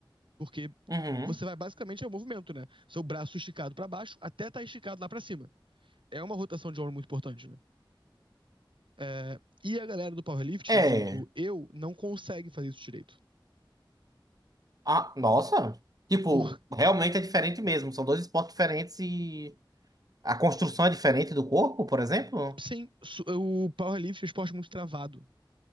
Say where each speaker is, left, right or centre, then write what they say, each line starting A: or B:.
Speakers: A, on the right (about 75°); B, on the right (about 45°).
A: Porque
B: Uhum.
A: você vai basicamente é o movimento, né? Seu braço esticado pra baixo até tá esticado lá pra cima. É uma rotação de ombro muito importante, né? É, e a galera do powerlifting,
B: É.
A: vulgo eu, não consegue fazer isso direito.
B: Ah, nossa. Tipo,
A: Por,
B: realmente é diferente mesmo. São dois esportes diferentes e a construção é diferente do corpo, por exemplo?
A: sim, su- o powerlifting é um esporte muito travado.